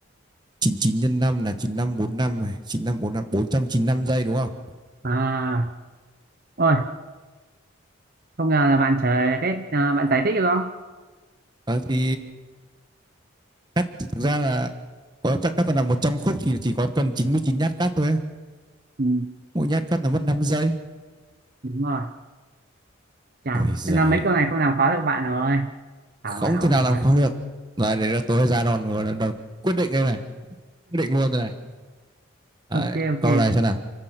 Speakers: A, on the right; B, on the right.
A: 99 nhân 5 là 9545 này, chín năm năm bốn năm bốn trăm chín 495 giây đúng không?
B: à ôi không ngờ là bạn trời đấy à, bạn giải thích được không
A: Ờ, thì cắt thực ra là có chắc cắt là 100 khúc thì chỉ có cần 99 nhát cắt thôi. á.
B: ừ,
A: Mỗi nhát cắt là mất 5 giây.
B: đúng rồi chàn
A: Ôi giời,
B: xem ra mấy câu này không làm khó được bạn rồi hỏng
A: không
B: rồi hỏng
A: thể nào
B: rồi
A: làm khó được. Rồi đấy là tôi ra đòn rồi đòn quyết định đây này, quyết định luôn đây này. Đấy,
B: ok ok
A: câu
B: cái
A: này xem nào.